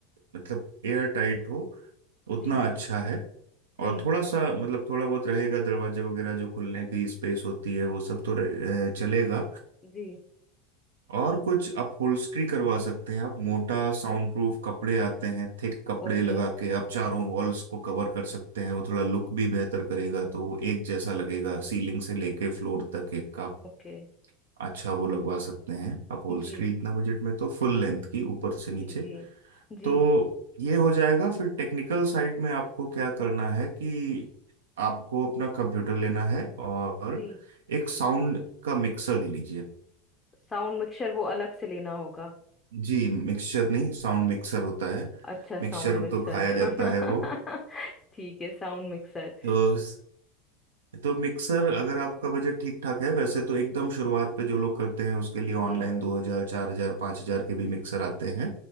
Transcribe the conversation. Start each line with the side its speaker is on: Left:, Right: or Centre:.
Right: मतलब एयर टाइट हो उतना
Left: जी
Right: अच्छा है
Left: जी
Right: और थोड़ा सा मतलब थोड़ा बहुत रहेगा दरवाजे वगैरह जो खुलने की स्पेस होती है वो सब तो रहे- अ, चलेगा
Left: जी
Right: और कुछ अपहोल्स्ट्री करवा सकते हैं आप मोटा साउंड प्रूफ कपड़े आते हैं थिक कपड़े
Left: ओके
Right: लगा के आप चारों वॉल्स को कवर कर सकते हैं वो थोड़ा लुक भी बेहतर करेगा तो वो एक जैसा लगेगा सीलिंग से लेके फ्लोर तक एक आप
Left: ओके
Right: अच्छा वो लगवा सकते हैं अपहोल्स्ट्री
Left: जी
Right: इतना बजट में तो फुल लेंथ की ऊपर से नीचे
Left: जी जी जी
Right: तो ये हो जाएगा फिर टेक्निकल साइड में आपको क्या करना है कि आपको अपना कंप्यूटर लेना है और
Left: जी
Right: एक साउंड का मिक्सर ले लीजिए
Left: साउंड मिक्सर वो अलग से लेना होगा
Right: जी मिक्सचर नहीं साउंड मिक्सर होता है
Left: अच्छा साउंड
Right: मिक्सचर
Left: मिक्सर
Right: तो खाया
Left: <laughs>
Right: जाता है वो
Left: ठीक है साउंड मिक्सर
Right: तो तो मिक्सर अगर आपका बजट ठीक ठाक है वैसे तो एकदम शुरुआत पे जो लोग करते हैं उसके लिए
Left: जी
Right: ऑनलाइन दो हजार चार हजार पांच हजार के भी मिक्सर आते हैं